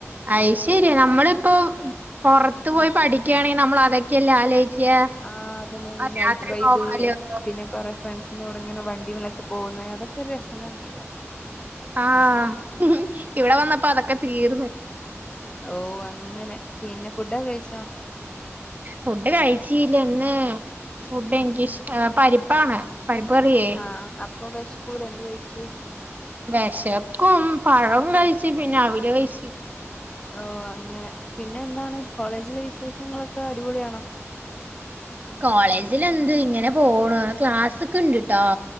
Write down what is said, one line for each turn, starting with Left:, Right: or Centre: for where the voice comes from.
Right: ഐശെര്യാണ് നമ്മളിപ്പോ പൊർത്ത്
Left: ഉം
Right: പോയി പഠിക്യാണെങ്കി നമ്മള് അതൊക്കെല്ലേ ആലോയ്ക്യാ
Left: ആഹ് അതന്നെ ഈ
Right: രാത്രി
Left: നൈറ്റ് വൈബ്
Right: പോവാ <unintelligible>
Left: പിന്നെ കൊറെ ഫ്രണ്ട്സിന്റെ കൂടങ്ങനെ വണ്ടിമലൊക്കെ പോകുന്നെ അതൊക്കെ ഒരു രസം തന്നെല്ലേ
Right: ആഹ് ഇവിടെ വന്നപ്പോ അതൊക്കെ തീർന്ന്
Left: ഓ അങ്ങനെ പിന്നെ ഫുഡൊക്കെ കഴിച്ചോ?
Right: ഫുഡ് കഴിച്ചില്ല ഇന്ന് ഫുഡ് എനിക്കിഷ്ട പരിപ്പാണ് പരിപ്പ് കറിയേ
Left: ആഹ് അ പ്പോ വെഷ്കൂലെ എന്ത് കഴിച്ച്
Right: വെശക്കും പഴം കഴിച്ച് പിന്നെ അവില് കഴിച്ച്.
Left: ഓ അങ്ങനെ പിന്നെ എന്താണ് കോളേജിലെ വിശേഷങ്ങളൊക്കെ അടിപൊളിയാണോ
Right: കോളേജിലെന്ത് ഇങ്ങനെ പോണു ക്ലാസ് ക്കെണ്ട്ട്ടോ